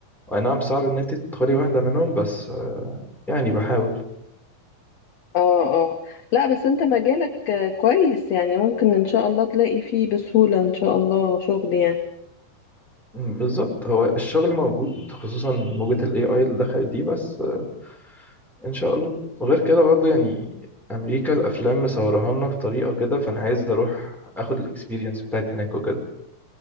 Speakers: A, in the centre; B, on the left.
A: اي نعم صعب ان انت تدخلي واحده منهم بس آه، يعني بحاول
B: اه اه لا بس انت مجالك آه، كويس يعني ممكن ان شاء الله تلاقي فيه بسهوله ان شاء الله شغل يعني
A: م، بالظبط هو الشغل موجود خصوصا موجة الاي اي اللي دخلت دي بس آه، ان شاء الله وغير كده برضو يعني امريكا الافلام مصورها لنا بطريقه كده فانا عايز اروح اخد الاكسبيرينس بتاعت هناك وكده